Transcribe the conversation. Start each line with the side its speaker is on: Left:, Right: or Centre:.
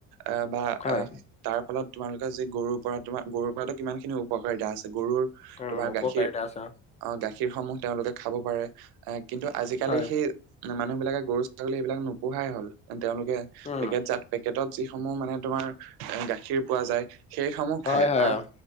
Right: আহ বা
Left: হয়
Right: আহ, তাৰ ফলত তোমালোকে যি গৰুৰ পৰা তোমাৰ গৰুৰ পৰা কিমান খিনি উপকাৰিতা আছে গৰুৰ।
Left: উম
Right: তোমাৰ
Left: উপকাৰিতা
Right: গাখীৰ
Left: আছে
Right: অ গাখীৰ সমূহ তেওঁলোকে খাব পাৰে। আহ কিন্তু আজিকালি
Left: হয়
Right: সেই মানুহ বিলাকে গৰু ছাগলী এইবিলাক নোপোহাই হল তেওঁলোকে।
Left: উম
Right: পেকেট যাত পেকেটত যিসমূহ মানে তোমাৰ গাখীৰ পোৱা যায়। সেইসমূহ
Left: হয়
Right: খায়
Left: হয়
Right: তাৰ,
Left: অ,